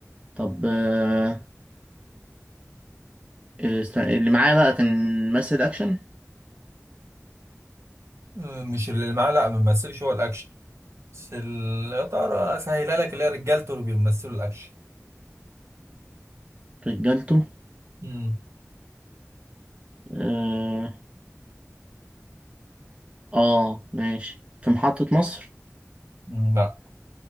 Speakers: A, on the right; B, on the right.
A: طب آه، آه، است- اللي معايا بقى كان ممثل اكشن
B: آه، مش اللي معاه لا ما بيمثلش هو الاكشن بس ال- يا ترى اسهلها لك اللي هي رجالته اللي بيمثلوا الاكشن
A: رجالته
B: امم
A: اه آه، ماشي في محطة مصر
B: مم، لا